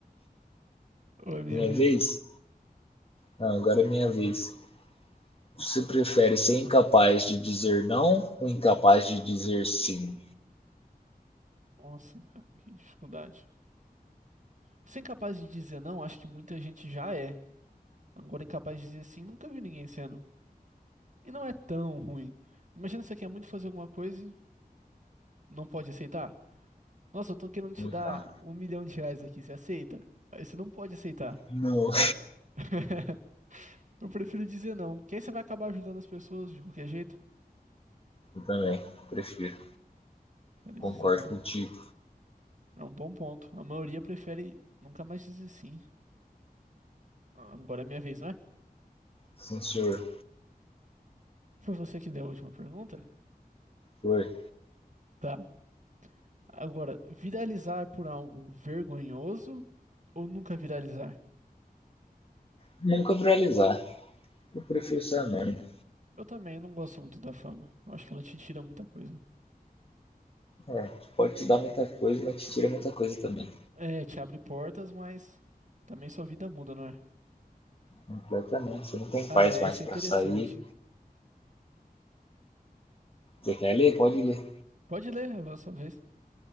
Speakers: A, on the right; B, on the left.
A: Ou é minha
B: Minha
A: vez?
B: vez? Não, agora é minha vez. Você prefere ser incapaz de dizer não ou incapaz de dizer sim?
A: Nossa, cara, que dificuldade. Ser incapaz de dizer não, acho que muita gente já é. Agora, incapaz de dizer sim, nunca vi ninguém sendo. E não é tão ruim. Imagina você quer muito fazer alguma coisa e não pode aceitar. Nossa, eu tô querendo te
B: Então,
A: dar um milhão de reais aqui, você aceita? Aí você não pode aceitar.
B: não.
A: <laughs> Eu prefiro dizer não, que aí você vai acabar ajudando as pessoas de qualquer jeito.
B: Eu também prefiro.
A: Prefiro
B: Concordo
A: dizer não.
B: contigo.
A: É um bom ponto. A maioria prefere nunca mais dizer sim. Agora é minha vez, não é?
B: Sim, senhor.
A: Foi você que deu a última pergunta?
B: Foi.
A: Tá. Agora, viralizar por algo vergonhoso ou nunca viralizar?
B: Nunca viralizar. Eu prefiro ser anônimo.
A: Eu também não gosto muito da fama. Eu acho que ela te tira muita coisa.
B: É, pode te dar muita coisa, mas te tira muita coisa também.
A: É, te abre portas, mas também sua vida muda, não é?
B: Completamente. Você não tem
A: Cara,
B: paz
A: essa
B: mais
A: é
B: para
A: interessante.
B: sair. Você quer ler? Pode ler.
A: Pode ler, a sua vez.